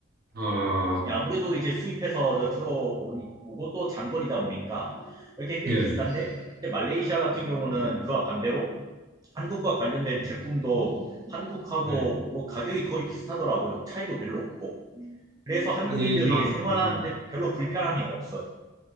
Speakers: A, on the right; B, on the right.
A: 아,
B: 네, 아무래도 이제 수입해서 들어오고 또 장거리다 보니까 이렇게 꽤
A: 예,
B: 비싼데, 근데 말레이시아 같은 경우는 그와 반대로 한국과 관련된 제품도 한국하고
A: 예.
B: 뭐 가격이 거의 비슷하더라고요. 차이도 별로 없고. 그래서 한국인들이
A: 아니, 그러니까
B: 생활하는데
A: 음,
B: 별로 불편함이 없어요.